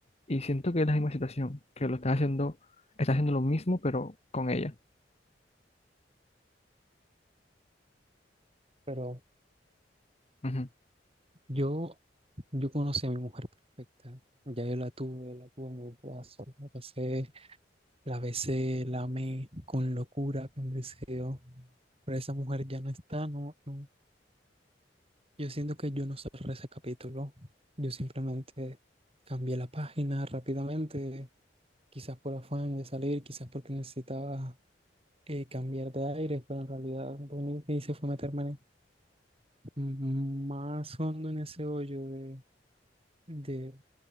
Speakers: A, on the left; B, on the right.
A: Y siento que es la misma situación, que lo estás haciendo, estás haciendo lo mismo pero con ella.
B: Pero
A: Ujú.
B: yo, yo conocí a mi mujer perfecta. Ya yo la tuve, la tuve en mi brazo, la pasé La besé, la amé con locura, con deseo. Pero esa mujer ya no está, no, no. Yo siento que yo no cerré ese capítulo. Yo simplemente cambié la página rápidamente, quizás por afán de salir, quizás porque necesitaba eh, cambiar de aire, pero en realidad lo único que hice fue meterme en- más hondo en ese hoyo de, de,